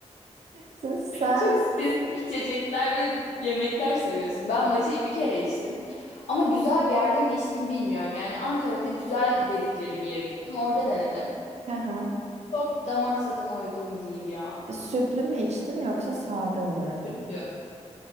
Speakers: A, on the right; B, on the left.
A: Sen
B: Çok spesifik içecekler ve yemekler seviyorsun. Ben matcha'yı bir kere içtim. Ama güzel bir yerde mi içtim bilmiyorum. Yani Ankara'da güzel dedikleri bir yere gittim. Orada denedim.
A: Aha.
B: Çok damak tadıma uygun değil ya.
A: sütlü mü içtin yoksa sade olarak
B: Kötü.
A: mı?